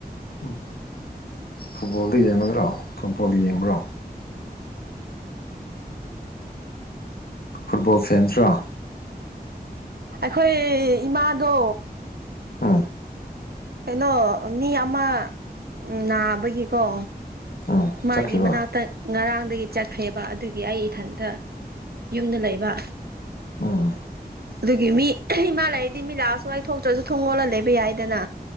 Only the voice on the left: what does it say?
ꯎꯝ ꯐꯨꯠꯕꯣꯜꯗ ꯌꯦꯡꯒꯗ꯭ꯔꯣ ꯐꯨꯠꯕꯣꯜ ꯌꯦꯡꯕ꯭ꯔꯣ ꯐꯨꯠꯕꯣꯜ ꯐꯦꯟꯁꯂ‌ꯣ
ꯎꯡ
ꯎꯝ
ꯆꯠꯈꯤꯕ
ꯎꯡ